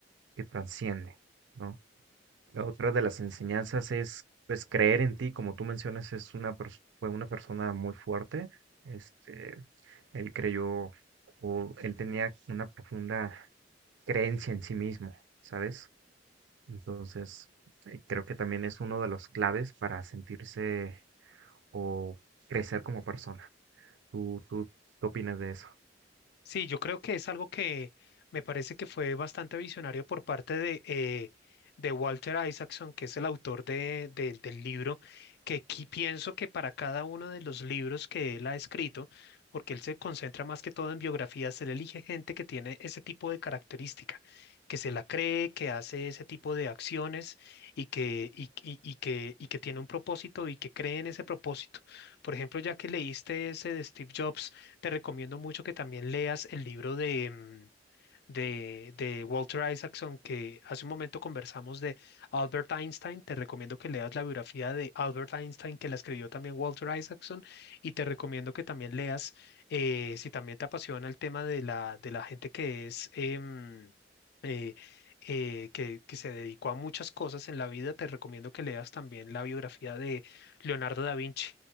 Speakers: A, on the right (about 80°); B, on the left (about 60°).
A: que trasciende, ¿no? La otra de las enseñanzas es, pues, creer en ti, como tú mencionas, es una pers- fue una persona muy fuerte, este, él creyó o él tenía una profunda creencia en sí mismo, ¿sabes? Entonces, eh, creo que también es uno de los claves para sentirse o crecer como persona. ¿Tú, tú qué opinas de eso?
B: Sí, yo creo que es algo que me parece que fue bastante visionario por parte de, eh, de Walter Isaacson, que es el autor de- de- del libro, que qui- pienso que para cada uno de los libros que él ha escrito, porque él se concentra más que todo en biografías, él elige gente que tiene ese tipo de característica, que se la cree, que hace ese tipo de acciones y que, y, y- y que, y que tiene un propósito y que cree en ese propósito. Por ejemplo, ya que leíste ese de Steve Jobs, te recomiendo mucho que también leas el libro de, mm, de, de Walter Isaacson, que hace un momento conversamos de Albert Einstein. Te recomiendo que leas la biografía de Albert Einstein, que la escribió también Walter Isaacson. Y te recomiendo que también leas, eh, si también te apasiona el tema de la, de la gente que es... em, eh, eh, que, que se dedicó a muchas cosas en la vida, te recomiendo que leas también la biografía de Leonardo da Vinci.